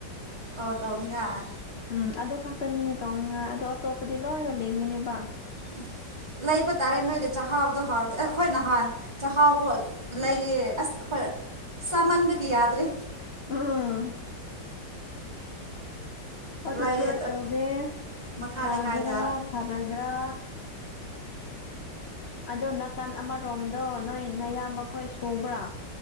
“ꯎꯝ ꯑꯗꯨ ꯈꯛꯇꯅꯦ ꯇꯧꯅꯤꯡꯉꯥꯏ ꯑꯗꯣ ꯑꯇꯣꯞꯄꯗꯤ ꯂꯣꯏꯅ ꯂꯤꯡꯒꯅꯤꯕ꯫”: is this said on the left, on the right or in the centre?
Left